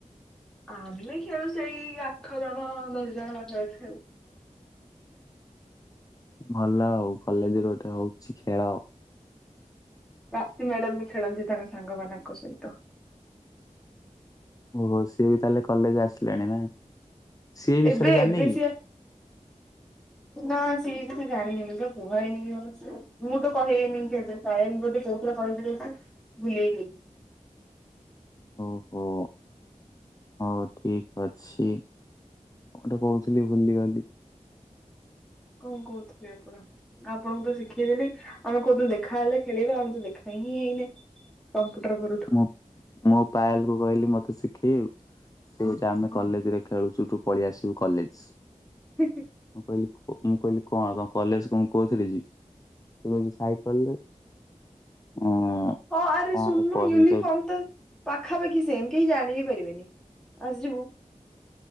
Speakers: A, in the centre; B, on the left.
A: ଆମେ ଖେଳୁ ସେଇ, ଆଠ ଜଣ, ଦଶ ଜଣ, ପାଖାପାଖି ଖେଳୁ।
B: ଭଲ ଆଉ, କଲେଜ୍ ରେ ଗୋଟେ ହଉଛି ଖେଳ।
A: ପ୍ରାପ୍ତି ମ୍ୟାଡାମ୍ ବି ଖେଳନ୍ତି, ତାଙ୍କ ସାଙ୍ଗ ମାନଙ୍କ ସହିତ।
B: ଓହୋ, ସିଏ ବି ତାହାଲେ କଲେଜ୍ ଆସିଲେଣି ନା? ସିଏ ଏ ବିଷୟରେ
A: ଏବେ,
B: ଜାଣିନି
A: ଏବେ ସିଏ
B: <inaudible>
A: ନା ସିଏ ବି ସେ ଜାଣିନି ଲୋ, ସେ କୁହା ହେଇନି ବି ଅବଶ୍ୟ, ମୁଁ ତ କହିହେଇନି କେବେ? ସାୟନ୍ ବୋଧେ କହୁଥିଲା କହିବ ଯଦି ସିଏ, ଭୁଲି ଯାଇଛି ବୋଧେ।
B: ଓ ହୋ। ହଉ ଠିକ୍ ଅଛି, କଣଟେ କହୁଥିଲି ଭୁଲିଗଲି।
A: କଣ କହୁଥିଲେ ଆପଣ? ଆପଣଙ୍କୁ ତ ଶିଖେଇଦେଲି, ଆମେ କଉଦିନ ଦେଖା ହେଲେ ଖେଳିବା, ଆଉ ତ ଦେଖା ହିଁ ହେଇନେ କମ୍ପୁଟର ପରଠୁ।
B: ମୁଁ, ମୁଁ ପାୟଲ କୁ କହିଲି ମତେ ଶିଖେଇବୁ ତୁ? ସେ କହୁଚି, ଆମେ କଲେଜ ରେ ଖେଳୁଛୁ, ତୁ ପଳେଇ ଆସିବୁ କଲେଜ୍।
A: <inaudible>
B: ମୁଁ କହିଲି ମୁଁ କହିଲି କଣ ତମ କଲେଜ୍ କୁ ମୁଁ କଉଥିରେ ଯିବି? ସେ କହୁଚି ସାଇକେଲରେ ଅଁ।
A: ହଁ ଆରେ
B: କଣ
A: ଶୁନୁନୁ
B: ଆଉ କହିବି ତାକୁ।
A: ମୁ ତ ପାଖାପାଖି ସେମ୍ କେହି ଜାଣିବିି ପାରିବେନି, ଆସିଯିବୁ।